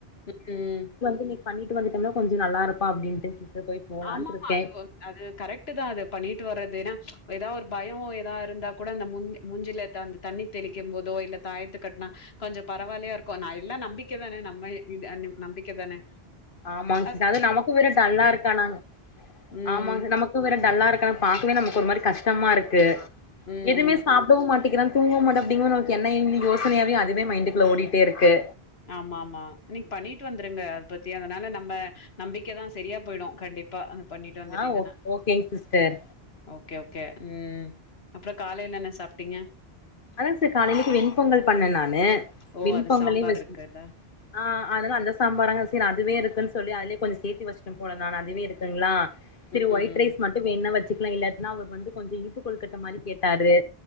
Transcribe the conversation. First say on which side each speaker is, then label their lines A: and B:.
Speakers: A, on the left; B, on the left.
A: ம் ம்
B: இன்னிக்கு பண்ணிட்டு வந்துடோம்னா கொஞ்ஜோ நல்லாருப்பா அப்டின்ட்டு போய் போலான்ட்டு
A: ஆமாமா
B: இருக்கே
A: அதுவு அது கரெட்டு தா அது பண்ணிட்டு வறது ஏனா ஏதா ஒரு பயோ ஏதா இருந்தா கூட அந்த முன் மூஞ்சில அந்த தண்ணி தெளிக்க போதோ இல்ல தாயத்து கட்னா கொஞ்ஜோ பரவாலயா இருக்கு நா எல்லா நம்பிக்க தானே நம்ப இது நம்பிக்க தானே
B: ஆமாங் சிஸ்
A: பண்ணிட்டு
B: அது நமக்கு
A: இருந்தா
B: வேற
A: சரியாயிடும்.
B: டல்லா இருக்கானா
A: ம்.
B: ஆமாங்க நமக்கு வேற டல்லா இருக்கா பாக்கவே நமக் ஒருமாரி கஷ் டமா
A: கண்டி
B: இருக்கு
A: ம்,
B: எதுமே
A: ம்.
B: சாப்டவு மாட் கேக்றான் தூங்க மாட்டா <unintelligible> நமக்கு <unintelligible> யோசனையாவே அதுவே மைண்டுக்குள்ள ஓடிட்டே இருக்கு
A: ஆமா ஆமா நீங்க பண்ணிட்டு வந்துருங்க அத பத்தி அதனால நம்ப நம்பிக்கதா சரியா பொயிடு கண்டிப்பா பண்ணிட்டு வந்துடீங்கன்னா
B: ஆ ஓ ஓகேங் சிஸ்டர்
A: ஓகே ஓகே ம் அப்றோ காலைல என்ன சாப்டீங்க
B: அதா செரி காலைலிக்கு வெண்பொங்கல் பண்ணே நானு
A: ஓ!
B: வெண்பொங்கலே
A: அது சாம்பார்
B: வச்
A: இருக்குல்ல.
B: ஆஹ் அதெல்லா அந்த சாம்பார அங்க சீர் அதுவே இருக்குன் சொல்லி அதுலயே கொஞ்ஜோ சேத்தி வச்ட்டே போல நானு அதுவே இருக்குங்களா செரி
A: ம்,
B: ஒயிட்
A: ம்.
B: ரைஸ் மட்டு வேண்னா வச் இல்லாட்னா அவ வந்து கொஞ்ஜோ இனிப்பு கொழுக்கட்ட மாரி கேட்டாரு